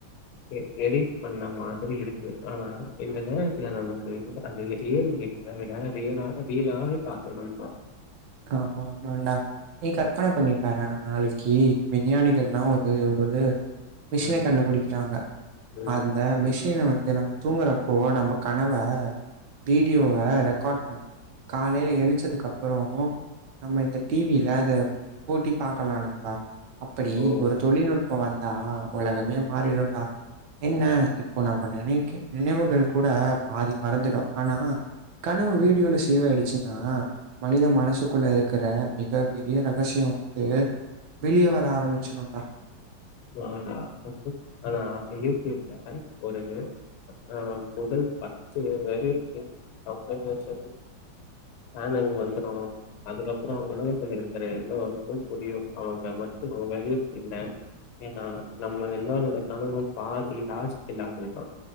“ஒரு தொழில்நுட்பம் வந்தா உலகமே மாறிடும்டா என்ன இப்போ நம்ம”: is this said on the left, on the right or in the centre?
Right